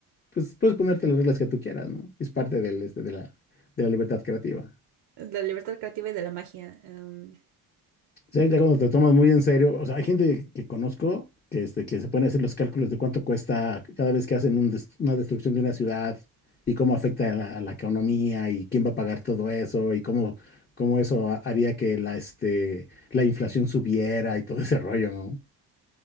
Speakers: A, on the left; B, on the right.
A: pues puedes ponerte las reglas que tú quieras, ¿no? Es parte del, este, de la, de la libertad creativa.
B: la libertad creativa y de la magia. em,
A: sea, ya cuando te tomas muy en serio, o sea, hay gente que conozco que, este, que se pone a hacer los cálculos de cuánto cuesta cada vez que hacen un des- una destrucción de una ciudad y cómo afecta a la, a la economía y quién va a pagar todo eso y cómo, cómo eso ha- haría que la, este, la inflación subiera y todo <laughs> ese rollo, ¿no?